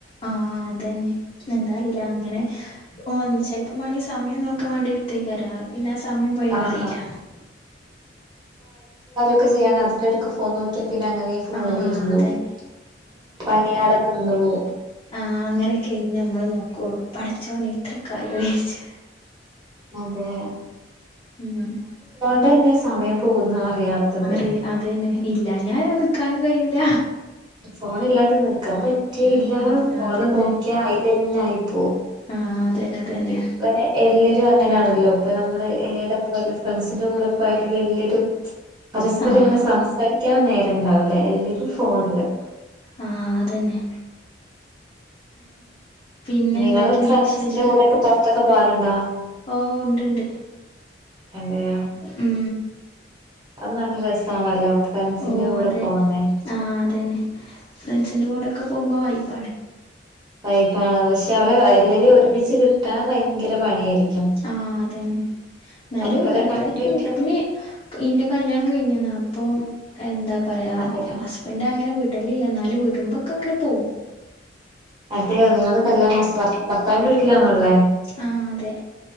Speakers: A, on the left; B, on the right.
A: ആ അതെന്നെ ന്താ അറിയില്ല അങ്ങനെ ചിലപ്പോ മാണേൽ സമയം നോക്കാൻ വേണ്ടി എടുത്തക്കാരം ആയ് പിന്നെ സമയം പോയാ
B: ആഹ്
A: അറിയില്ല
B: ഒക്ക ചെയ്യണ് അതിനിടക്ക് ഫോൺ നോക്കിയാൽ പിന്നെ അങ്ങനെ ഫോണിൽ
A: ആഹ്
B: ഇരുന്ന്
A: അതന്നെ
B: പോകും പണിഅവിടെ നിന്ന് പോകും
A: ആ അങ്ങനെ ഇനി നമ്മള് നോക്കുള്ളു പഠച്ചവന് ഇത്ര കായി വിച്ചാരിച്ച്
B: അതെ
A: ഉം
B: അവിടെ പിന്നെ സമയം പോകുന്ന അറിയാത്തത്
A: അറിയില്ല അതന്നെ ഇല്ല ഞാൻ നിക്കാനും കഴൂല
B: ഫോൺ ഇല്ലാണ്ട് നിക്കാൻ പറ്റെയില്ല
A: ഉം
B: ഫോണില്
A: അതന്നെ
B: നോക്കിയാ അയിലെന്നെ ആയിപ്പോകും
A: ആഹ് അതന്നെ അതന്നെ
B: ഇപ്പ എല്ലാരും അങ്ങനെയാണല്ലോ ഇപ്പ നമ്മള് എടെപ്പായാലും ഫ്രണ്ട്സിന്റെ കൂടെപ്പയാലും എല്ലാരും പരസ്പരം
A: ആഹ്
B: ഇങ്ങനെ സംസാരിക്കാൻ നേരം ഉണ്ടാവില്ല എല്ലാരും ഫോണില്
A: ആ അതന്നെ പിന്നെ
B: നിങ്ങൾ
A: എന്തൊക്കെയുണ്ട്
B: ഫ്രണ്ടിൻസിന്റെ
A: വിശേഷം
B: കൂടെ പുറത്തൊക്ക പോകാറുണ്ടോ
A: ഓ ഉണ്ട്ണ്ട്
B: അതെയോ
A: ഉം
B: അത് നല്ല രസാണെല്ലോ ഫ്രണ്ട്സിന്റെ
A: ഓ
B: കൂടെ
A: അതെ
B: പോണ
A: ആഹ് അതന്നെ ഫ്രണ്ട്സിന്റെ കൂടെ ഒക പോകുമ്പോ വൈബ് ആണ്
B: വൈബ് ആണ് പക്ഷെ അവരെ എല്ലാരേയും ഒരുമിച്ച് കിട്ടാൻ ഭയങ്കര പണിയായിരിക്കും
A: ആഹ് അതന്നെ എന്നാലും
B: ഒപ്പരം
A: വേറെ
B: കണ്ടിട്ട്
A: കൊറെ കിട്ടും പിന്നെ ഇന്റെ കല്യാണം കഴിഞ്ഞീണോ അപ്പം എന്താ പറയാ
B: അതെയോ
A: ഹസ്ബൻഡറ് അങ്ങനെ വിടൽ ഇല്ല എന്നാലും വിടുമ്പോക്കെ അങ്ങനെ പോകും
B: അതെയോ നിങ്ങൾ കല്യാണം കഴിച്ചതാ ഭർത്താവിന്റെ വീട്ടിലാന്നോള്ളേ
A: ആഹ അതെ